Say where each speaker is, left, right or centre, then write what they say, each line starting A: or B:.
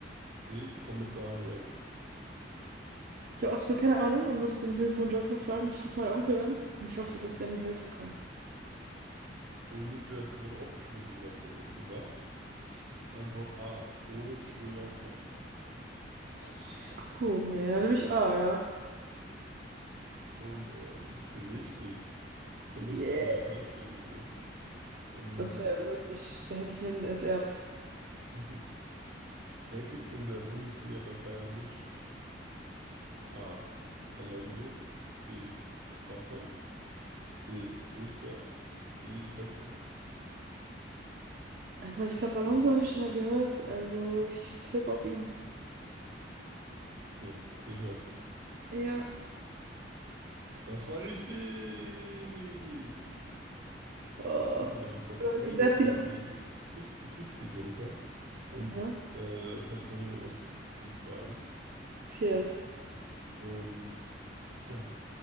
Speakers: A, on the right; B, on the right.
A: D. Kommissar Rex.
B: Ich habe absolut keine Ahnung und musste den Telefonjoker fragen. Ich rufe meinen Onkel an und ich hoffe, dass
A: Okay.
B: er mir helfen kann.
A: Ohne mich wärst du wohl aufgeschmissen, sagt dein Onkel. Was? Antwort A. Doris Schröder-Kopf.
B: Pff, Abgehoben, ey. Dann nehme ich A, ja.
A: Und er liegt richtig. Es war
B: Yeah.
A: lustig, wenn er falsch gelegen wäre. Ähm,
B: Das wäre wirklich, da hätte ich einen enterbt.
A: <laughs> wer kickt in der Bundesliga bei Bayern München? A. Alonso. B. Button. C. Rosberg. D. Vettel.
B: Also ich glaube, Alonso habe ich schon mal gehört. Also ich tippe auf ihn.
A: Okay, sicher.
B: Ja.
A: Das war richtig.
B: Oh,
A: Uh, da hast du noch zwei
B: ich
A: Joker.
B: sehr viele.
A: Einmal den 50-50 Joker und
B: Aha.
A: äh, kannst noch jemanden aus dem Publikum fragen.
B: Okay.
A: Und ja,